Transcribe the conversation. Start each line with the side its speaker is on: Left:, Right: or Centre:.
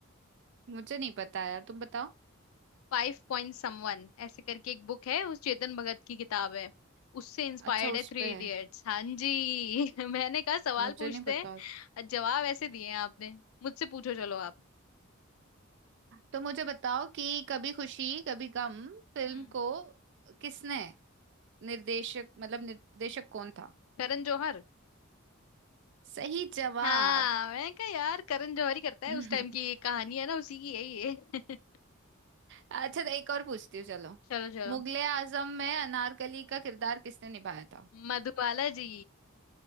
Right: मुझे नहीं पता यार तुम बताओ
Left: फाइव पॉइंट समवन ऐसे करके एक बुक है उस चेतन भगत की किताब है उससे इंस्पायर्ड
Right: अच्छा उस
Left: है थ्री
Right: पे
Left: इडियट्स
Right: है
Left: हाँ जी <laughs> मैंने कहा सवाल
Right: मुझे
Left: पूछते
Right: नहीं पता
Left: हैं जवाब ऐसे दिए हैं आपने मुझसे पूछो चलो आप
Right: तो मुझे बताओ कि कभी खुशी कभी गम फिल्म
Left: हम्म
Right: को किसने निर्देशक मतलब निर्देशक कौन था
Left: करण जौहर
Right: सही जवाब
Left: हाँ मैंने कहा यार करण जौहर ही करता है
Right: <laughs>
Left: उस टाइम की ये कहानी है ना उसी की है ये <laughs>
Right: अच्छा तो एक और पूछती हूँ चलो
Left: चलो चलो
Right: मुगले आजम में अनारकली का किरदार किसने निभाया था
Left: मधुबाला जी